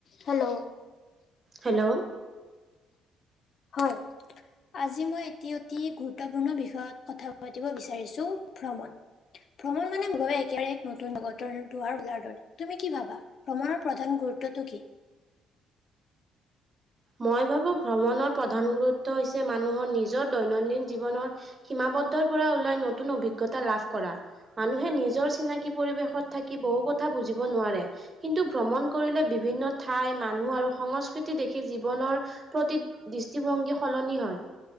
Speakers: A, on the left; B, on the right.
A: Hello.
B: Hello.
A: হয়। আজি মই এটি অতি গুৰুত্বপূৰ্ণ বিষয়ত কথা পাতিব বিচাৰিছো ভ্ৰমণ। ভ্ৰমণ মানে মোৰ বাবে একেবাৰে এক নতুন জগতৰ দুৱাৰ ওলাৰ দৰে তুমি কি ভাবা? ভ্ৰমণৰ প্ৰধান গুৰুত্বটো কি?
B: মই ভাবো ভ্ৰমণৰ প্ৰধান গুৰুত্ব হৈছে মানুহৰ নিজৰ দৈনন্দিন জীৱনৰ সীমাবদ্ধৰ পৰা ওলাই নতুন অভিজ্ঞতা লাভ কৰা। মানুহে নিজৰ চিনাকি পৰিৱেশত থাকি বহু কথা বুজিব নোৱাৰে। কিন্তু ভ্ৰমণ কৰিলে বিভিন্ন ঠাই মানুহ আৰু সংস্কৃতি দেখি সি জীৱনৰ প্ৰতি দৃষ্টিভংগী সলনি হয়।